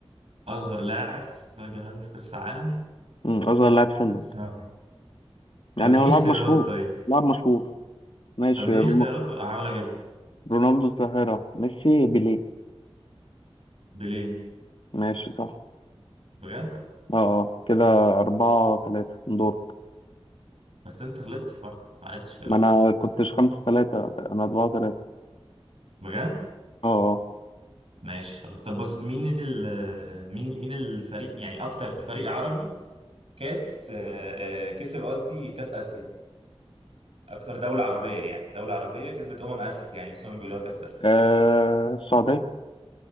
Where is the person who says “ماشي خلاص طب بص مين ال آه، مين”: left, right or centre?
Right